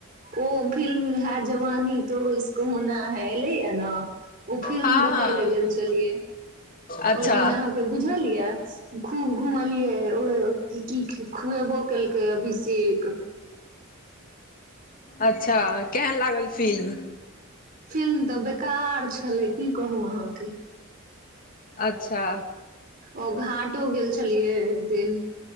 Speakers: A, on the right (about 45°); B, on the left (about 40°).
A: ओ फिल्म है जवानी तो इसको होना है ले यार ओ फिल्म
B: हँ
A: देखै
B: हँ
A: लए गेल छलियै
B: अच्छा
A: ओहि दिन अहाँके बुझल ये। खूब घुमलियै ओ की खुएबो केलकै अभिषेक
B: अच्छा केहन लागल फिल्म।
A: फिल्म तऽ बेकार छलै की कहू अहाँके।
B: अच्छा।
A: ओ घाटो गेल छलियै एक दिन